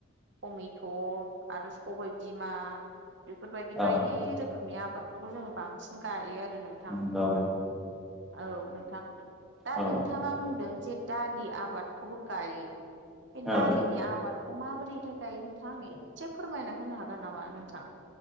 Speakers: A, on the right; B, in the centre.
A: टमेट' आरो सबाय बिमा बेफोरबायदि बायदि
B: औ
A: रोखोमनि आबाद आबादफोरखौ जोङो बांसिन गायो आरो नोंथां
B: नंगौ
A: औ नोंथां दा
B: औ
A: नोंथाङा बुंदों जे दालि आबादखौबो गायो बे
B: औ
A: दालिनि आबादखौ माबोरैहाय गायो नोंथां आंनो एसे फोरमायना होनो हागोन नामा नोंथां